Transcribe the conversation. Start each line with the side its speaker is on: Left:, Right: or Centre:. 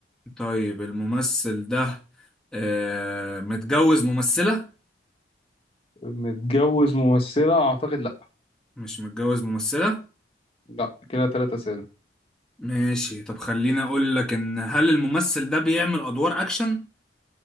Centre: طيب الممثل ده آه متجوز ممثلة
Left: متجوز ممثله اعتقد لا
Centre: مش متجوز ممثلة
Left: لا كده ثلاثة اسئله
Centre: ماشي طب خليني اقول لك ان هل الممثل ده بيعمل ادوار اكشن